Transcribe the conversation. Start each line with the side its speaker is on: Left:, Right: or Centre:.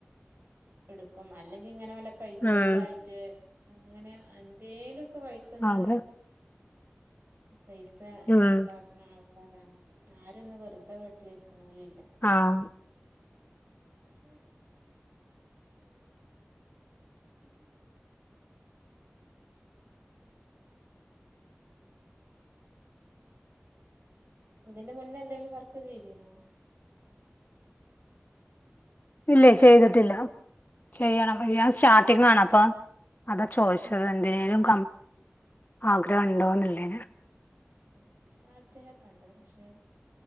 Right: എടുക്കും അല്ലെങ്കിൽ ഇങ്ങനെ പോല കഴുത്തൊഴയിലായിട്ട്
Left: ഉം
Right: അങ്ങനെ എന്തേലുംൊക്കെ കഴിക്കന്ന്
Left: അത്
Right: പൈസ
Left: ഉം
Right: ഉണ്ടാക്കുന്ന ആൾക്കാരാണ് ആരൊന്ന വെറുതെ വീട്ടിലിരിക്കണല
Left: ആഹ
Right: അഹ ഉം ഉം ഇതിന്റെ മുന്നേ എന്തെങ്കിലും വർക്ക് ചെയ്തന്നോ
Left: ഇല്ലേ ചെയ്തിട്ടില്ല ചെയ്യണം ഞാൻ സ്റ്റാർട്ടിങ് വേണം അപ്പ അതാ ചോദിച്ചത് എന്തിനേലും ആഗ്രഹം ഉണ്ടോന്നില്ലേന്
Right: എനിക്ക് ആഗ്രഹൊക്കണ്ട പക്ഷേ